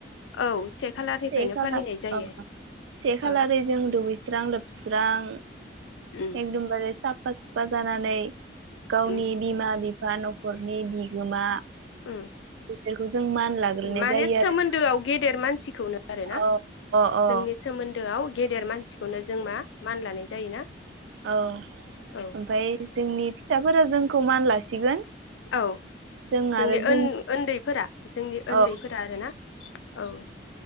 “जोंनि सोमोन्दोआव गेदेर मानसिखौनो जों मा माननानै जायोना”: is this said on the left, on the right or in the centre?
Left